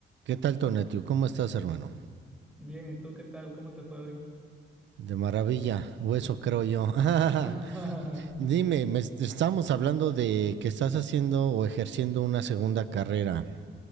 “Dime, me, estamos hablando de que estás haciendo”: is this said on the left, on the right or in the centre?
Right